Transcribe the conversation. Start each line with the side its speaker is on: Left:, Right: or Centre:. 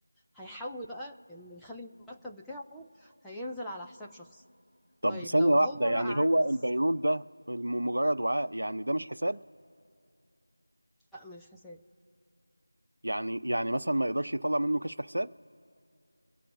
Centre: هيحول بقى ان يخلي المرتب بتاعه هينزل على حساب شخصي
Right: طب
Centre: طيب
Right: ثانية
Centre: لو
Right: واحدة
Centre: هو
Right: يعني
Centre: بقى عايز
Right: هو البيرول ده الم- مجرد وعاء يعني ده مش حساب
Centre: لا مش حساب
Right: يعني يعني مثلا ما يقدرش يطلع منه كشف حساب